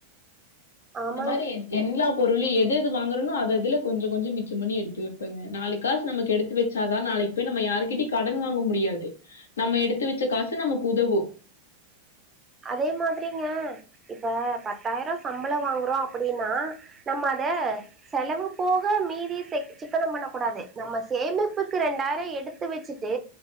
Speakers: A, on the right; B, on the left.
A: ஆமாங்க
B: இந்த மாரி எல்லா பொருளியு எது எது வாங்குறனோ அதுதுல கொஞ்சோ கொஞ்சோ மிச்சோ பண்ணி எடுத்து வெப்பேங்க நாளு காசு நமக்கு எடுத் து வச்சாதா நாளைக்கு போய் நம்ம யாருக்கிட்டயு கடன் வாங்க முடியாது நம்ம எடுத்து வச்ச காசு நமக்கு உதவு
A: அதே மாதிரிங்க இப்ப பத்தாயிரோ சம்பளோ வாங்குறோ அப்டின்னா நம்ம அத செலவு போக மீதி செக் சிக்கனோ பண்ணக் கூடாது நம்ம சேமிப்புக்கு ரெண்டாயிரோ எடுத் து வச்சுட்டு